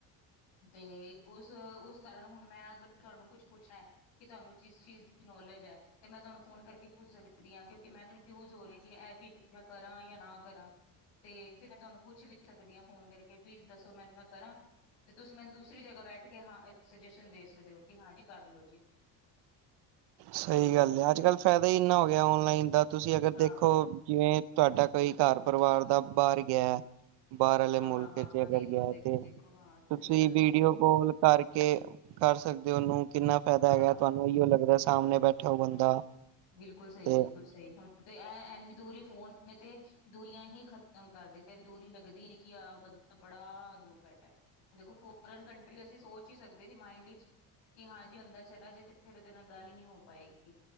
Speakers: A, on the left; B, on the right.
A: ਤੇ ਉਸ ਉਸ ਕਾਰਣ ਹੁਣ ਮੈਂ ਅਗਰ ਤੁਆਨੂੰ ਕੁੱਛ ਪੁੱਛੈਂ ਕਿ ਤਾਨੂੰ ਜਿਸ ਚੀਜ਼ ਦੀ ਨੌਲੇਜ ਐ, ਤੇ ਮੈਂ ਤੁਆਨੂੰ ਫੋਨ ਕਰਕੇ ਪੁੱਛ ਸਕਦੀ ਆਂ ਕਿਉਂਕਿ ਮੈਂ ਫਿਊਜ ਹੋ ਰੀ ਕਿ ਐ ਚੀਜ਼ ਮੈਂ ਕਰਾਂ ਯਾਂ ਨਾ ਕਰਾਂ, ਤੇ ਫੇਰ ਮੈਂ ਤੁਆਨੂੰ ਪੁੱਛ ਵੀ ਸਕਦੀ ਆਂ ਫੋਨ ਕਰਕੇ ਵੀ ਦੱਸੋ ਮੈਨੂੰ ਮੈਂ ਕਰਾਂ, ਤੇ ਤੁਸੀਂ ਮੈਨੂੰ ਦੂਸਰੀ ਜਗ੍ਹਾ ਬੈਠ ਉੱਠ ਕੇ ਹਾਂ ਸੁਜੈਸ਼ਨ ਦੇ ਸਕਦੇ ਓ ਕਿ ਹਾਂ ਜੀ ਕਰ ਲੋ ਜੀ।
B: ਸਈ ਗੱਲ ਐ ਅੱਜ ਕੱਲ ਫੈਦਾ ਈ ਏਨਾ ਹੋ ਗਿਆ ਔਨਲਾਈਨ ਦਾ, ਤੁਸੀਂ ਅਗਰ
A: ਹਾਂ
B: ਦੇਖੋ ਜਿਵੇਂ ਤਾਡਾ ਕੋਈ ਘਰ ਪਰਵਾਰ ਦਾ ਬਾਰ ਗਿਐ। ਬਾਰ ਅਲੇ
A: ਹਾਂ
B: ਮੁਲਕ
A: ਹਾਂ ਹਾਂ
B: 'ਚ'
A: ਹਾਂ
B: ਅਗਰ
A: ਦੇਖੋ
B: ਗਿਆ
A: ਦੇਖੋ
B: ਤੇ,
A: ਦੇਖੋ ਹਾਂ
B: ਤੁਸੀਂ
A: ਸਹੀ ਗੱਲ
B: ਵੀਡੀਓ
A: ਹੈ ਸਹੀ ਗੱਲ
B: ਕੋਲ ਕਰਕੇ ਕਰ ਸਕਦੇ ਓ ਉਨੂੰ ਕਿੰਨਾ ਫ਼ੈਦਾ
A: ਹਾਂ
B: ਹੈਗਾ ਤੁਆਨੂੰ ਓਈਓ ਲੱਗਦਾ ਸਾਮਣੇ ਬੈਠਾ ਓ ਬੰਦਾ।
A: ਬਿਲਕੁਲ ਸਈ-
B: ਤੇ
A: ਬਿਲਕੁਲ ਸਈ, ਹੁਣ ਤੇ ਐ ਏਨੀ ਦੂਰੀ ਫੋਨ ਨੇ ਤੇ ਦੂਰੀਆਂ ਹੀ ਖ਼ਤਮ ਕਰ ਦਿਤੀ ਤੈਨੂੰ ਦੂਰੀ ਲੱਗਦੀ ਨੀ ਕਿ ਆਹ ਬੰਦਾ ਬੜਾ ਦੂਰ ਬੈਠਾ। ਦੇਖੋ ਫੋਰਨ ਕੰਟਰੀ ਅਸੀਂ ਸੋਚ ਪੁੱਛ ਈ ਸਕਦੇ ਸੀ ਮਾਇਂਡ ਇੱਚ, ਕੀ ਹਾਂ ਜੀ ਬੰਦਾ ਚਲਾ ਜੇ ਤੇ ਫਿਰ ਉਦੇ ਨਾਲ ਗੱਲ ਈ ਨੀ ਹੋ ਪਾਏਗੀ।